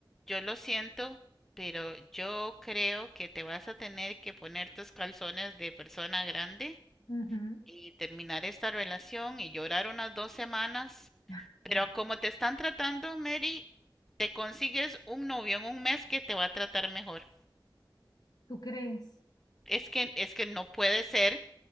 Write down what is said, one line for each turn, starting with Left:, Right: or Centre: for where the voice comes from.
Centre: yo lo siento, pero yo creo que te vas a tener que poner tus calzones de persona grande
Left: Ujú.
Centre: y terminar esta relación y llorar unas dos semanas.
Left: <laughs>
Centre: Pero como te están tratando, Mary, te consigues un novio en un mes que te va a tratar mejor.
Left: ¿Tú crees
Centre: Es que, es que no puede ser